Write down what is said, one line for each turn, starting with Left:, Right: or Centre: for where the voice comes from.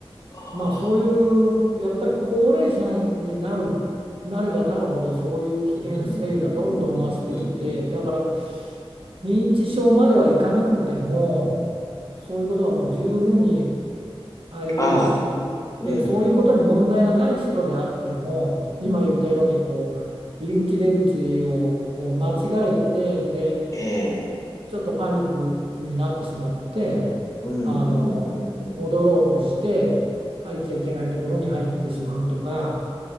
Left: ああ、
Right: まあそういうやっぱり高齢者になる、なればなるほどそういう危険性がどんどん増してきて、
Left: うん、うん、うん、うん、うん。
Right: だから認知症まではいかなくても、そういうことはもう十分にあり得るし、
Left: ああ、うん、
Right: えーそういうことに問題がない人であっても、
Left: うん、うん、
Right: 今言ったようにこう入り口出口をこう間違えてで
Left: うん、うん、うん。ええ、
Right: ちょっとパニックになってしまって
Left: うん、
Right: あの戻ろうとして入っちゃいけないところに入ってしまうとか
Left: うん、うん、うん。